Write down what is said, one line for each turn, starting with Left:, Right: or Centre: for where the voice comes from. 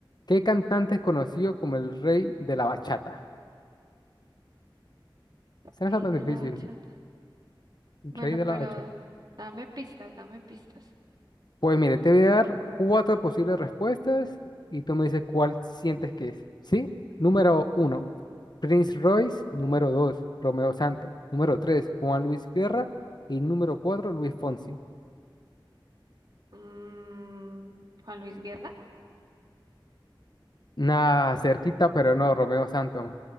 Left: ¿Qué cantante es conocido como el rey de la bachata? Esa no
Right: Rey
Left: está tan
Right: de
Left: difícil,
Right: la bachata.
Left: el
Right: Bueno,
Left: rey de
Right: pero
Left: la bachata.
Right: dame pistas, dame pistas.
Left: Pues mire, te voy a dar cuatro posibles respuestas y tú me dices cuál sientes que es. ¿Sí? Número uno, Prince Royce, número 2, Romeo Santos, número 3, Juan Luis Guerra y número 4 Luis Fonsi.
Right: Mm, Juan Luis Guerra.
Left: Nah, cerquita, pero no, Romeo Santos.